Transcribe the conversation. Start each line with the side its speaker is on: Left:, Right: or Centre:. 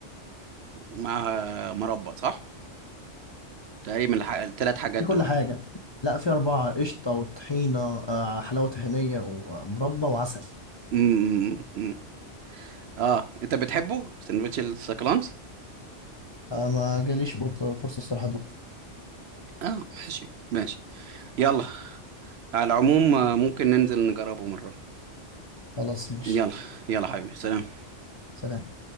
Right: معاها مربى صح تقريبا الح... الثلاث حاجات
Left: في كل
Right: دول
Left: حاجة لا في أربعة قشطة وطحينة آه حلاوة طحينية ومربى وعسل
Right: مم. مم. مم. اه انت بتحبه سندوتش السكالانس
Left: آه ما جاليش فرصة فرصة الصراحة دوق
Right: اه ماشي ماشي يلا على العموم آه، ممكن ننزل نجربه مرة
Left: خلاص ماشي
Right: يلا يلا حبيبي سلام
Left: سلام